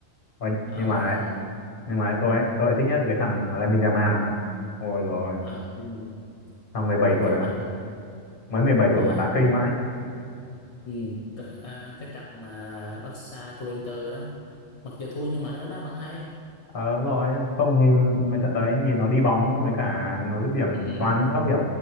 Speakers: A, on the left (about 40°); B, on the left (about 60°).
A: Ôi,
B: ảo
A: nhưng mà
B: thật
A: ấy,
B: chứ.
A: nhưng mà ấy, tôi ấy, tôi ấy thích nhất cái thằng Lamine Yamal mà nó ôi rồi
B: à, ừ. ừ.
A: thằng 17
B: Để
A: tuổi
B: công
A: mà nó-
B: nhận nó
A: mới mười bảy tuổi
B: à,
A: mà đá
B: công
A: kinh
B: nhận.
A: vãi
B: Ừ. Rồi, À, cái trận mà Barca thua Inter đó mặc dù thua nhưng mà nó đá vẫn hay
A: ờ đúng rồi không nhìn
B: ừ,
A: mấy trận đấy nhìn nó đi bóng với cả nó dứt điểm
B: ừ,
A: toàn những góc hiểm